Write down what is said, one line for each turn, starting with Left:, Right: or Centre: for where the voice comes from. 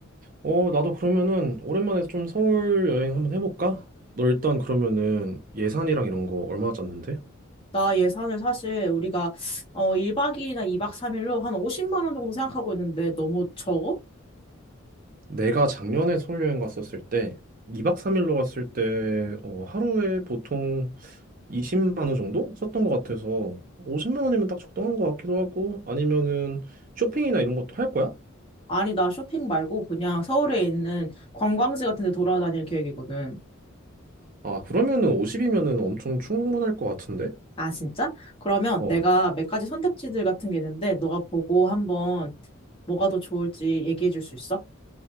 Right: 어, 나도 그러면은 오랜만에 좀 서울 여행 한번 해볼까? 너 일단 그러면은 예산이랑 이런 거 얼마나 짰는데?
Left: 나 예산을 사실 우리가 어, 1박 2일이나 2박 3일로 한 50만 원 정도 생각하고 있는데 너무 적어?
Right: 내가 작년에 서울 여행 갔었을 때 2박 3일로 갔을 때 어, 하루에 보통 20만 원 정도 썼던 것 같아서 50만 원이면 딱 적당한 것 같기도 하고 아니면은 쇼핑이나 이런 것도 할 거야?
Left: 아니, 나 쇼핑 말고 그냥 서울에 있는 관광지 같은 데 돌아다닐 계획이거든.
Right: 아, 그러면은 50이면은 엄청 충분할 것 같은데?
Left: 아, 진짜? 그러면
Right: 어.
Left: 내가 몇 가지 선택지들 같은 게 있는데, 너가 보고 한번 뭐가 더 좋을지 얘기해 줄 수 있어?